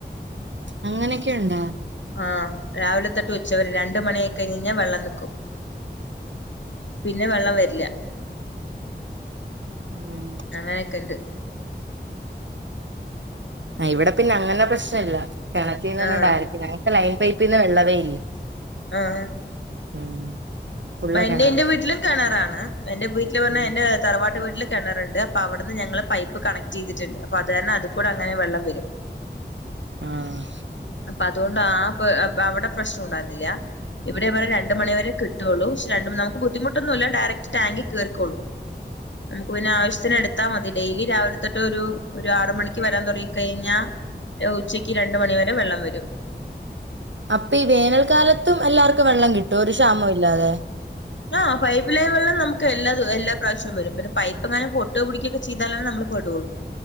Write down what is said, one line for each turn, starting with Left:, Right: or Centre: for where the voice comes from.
Right: അങ്ങനെക്കെ ഉണ്ടോ
Left: ആ രാവിലെ തൊട്ട് ഉച്ചവരേ രണ്ട് മണിയായിക്കയിഞ്ഞഞ്ഞാ വെള്ളം നിക്കും പിന്നെ വെള്ളംവരില്ല
Right: ഉം
Left: അങ്ങനെയൊക്കെണ്ട്
Right: ആ ഇവിടെ പിന്നെ അങ്ങനെ പ്രശ്നം ഇല്ല കിണറ്റീന്ന്ന്ന്
Left: ആഹ്
Right: ഡയറക്റ്റ് ഞങ്ങക്ക് ലൈൻ പൈപ്പിന്ന് വെള്ളവേ ഇല്ല
Left: ആഹ് ആഹ്
Right: ഉം ഫുള്ള്
Left: എന്റെ
Right: കിണറാ
Left: എന്റെ വീട്ടിലും കെണറാണ് എന്റെ വീട്ടില് പറഞ്ഞാ
Right: ഉം
Left: എന്റെ തറവാട്ട് വീട്ടില് കിണറണ്ട് അപ്പൊ അവിടുന്ന് ഞങ്ങള് പൈപ്പ് കണക്ട് ചെയ്തിട്ട്ണ്ട് അപ്പ അത് കാരണം അത്കൂടെഅങ്ങനെ വെള്ളം വരും
Right: ആഹ്
Left: അപ്പൊ അതുകൊണ്ട് ആ അവിടെ പ്രശ്നം ഉണ്ടായിരുന്നില്ല ഇവിടെ ഇവിടെ രണ്ട് മണിവരെ കിട്ടുള്ളൂ പക്ഷെ രണ്ട് മുന്നാക്ക് ബുദ്ധിമുട്ടൊന്നുല്ല ഡയറക്ട് ട്ടാങ്കി കേറിക്കോളും നമുക്ക് പിന്നെ ആവശ്യത്തിന് എടുത്താൽ മതി ഡെയിലി രാവിലെ തൊട്ട് ഒരു ഒരു ആറ് മണിക്ക് വരാൻ തുടങ്ങി കഴിഞ്ഞാ ഉച്ചയ്ക്ക് രണ്ട് മണിവരെ വെള്ളം വരും
Right: അപ്പൊ ഈ വേനൽക്കാലത്തും എല്ലാർക്കും വെള്ളംകിട്ടോ ഒരു ക്ഷാമ ഇല്ലാതെ
Left: ആ പൈപ്പ് ലൈൻ വെള്ളം നമുക്ക് എല്ല എല്ലാ പ്രാവശ്യവും വരും പിന്ന പൈപ്പ് ങ്ങനെ പൊട്ട് പൊട്ടോ പുടിക്കുക്കെ ചെയ്താലാണ് നമ്മൾ പെടോള്ളൂ